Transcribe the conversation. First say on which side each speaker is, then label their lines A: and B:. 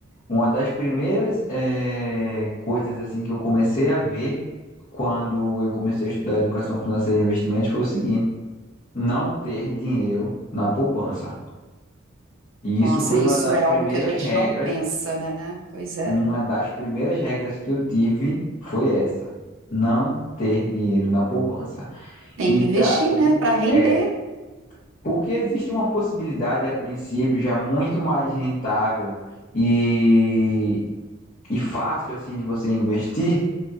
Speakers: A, on the left; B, on the right.
A: Uma das primeiras eh, coisas assim que eu comecei a ver quando eu comecei a estudar educação financeira e investimentos foi o seguinte: não ter dinheiro na poupança. E
B: Nossa,
A: isso foi
B: isso
A: uma das
B: é
A: primeiras
B: algo que a gente
A: regras,
B: não pensa, né? Pois é.
A: uma das primeiras regras que eu tive foi essa: não ter dinheiro na poupança.
B: Tem
A: E
B: que investir,
A: daí
B: né, para render.
A: é porque existe uma possibilidade a princípio já muito mais rentável e, e fácil assim de você investir